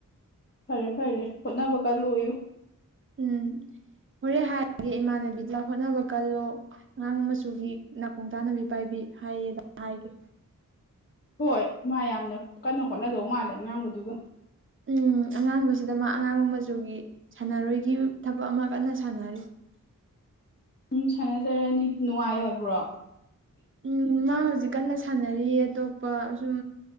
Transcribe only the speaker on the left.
ꯐꯔꯦ ꯐꯔꯦ ꯍꯣꯠꯅꯕ ꯀꯥꯜꯂꯣꯌꯨ
ꯍꯣꯏ ꯃꯥ ꯌꯥꯝꯅ ꯀꯟꯅ ꯍꯣꯠꯅꯗꯧ ꯃꯥꯜꯂꯦ ꯑꯉꯥꯡꯕꯗꯨꯒ
ꯎꯝ ꯁꯥꯟꯅꯖꯔꯅꯤ ꯅꯨꯡꯉꯥꯏ ꯍꯥꯏꯕ꯭ꯔꯣ